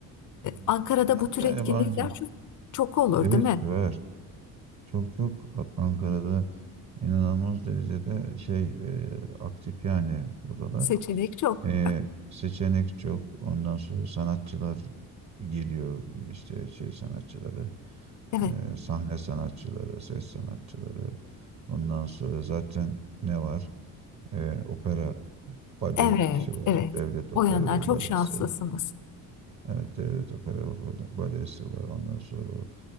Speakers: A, on the right; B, on the left.
A: Hmm.
B: Ankara'da
A: Ben
B: bu tür
A: de yabancı.
B: etkinlikler çok, çok olur,
A: Evet
B: değil mi?
A: var. Çok çok At- Ankara'da inanılmaz derecede şey e, aktif yani buralar.
B: Seçenek çok.
A: E, seçenek çok. Ondan sonra sanatçılar geliyor işte şey sanatçıları,
B: Evet,
A: e, sahne sanatçıları, ses sanatçıları. Ondan sonra zaten ne var? e, opera balesi
B: evet,
A: var.
B: evet.
A: Devlet
B: O
A: opera
B: yandan
A: ve
B: çok
A: balesi.
B: şanslısınız.
A: Evet, Devlet Opera ve Balesi var. Ondan sonra o,